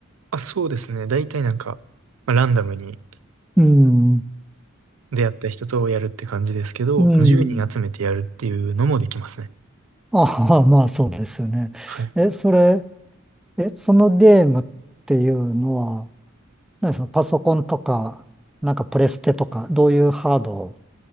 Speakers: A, on the right; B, in the centre.
A: あ、そうですね。大体なんか、まあ、ランダムに
B: うん。
A: 出会った人とやるって感じですけど、
B: うん。
A: 1に人集めてやるっていうのもできますね。
B: ああ、まあそうですよね。
A: はい。
B: え、それ、え、そのゲームっていうのは、何ですか、パソコンとか、なんかプレステとか、どういうハード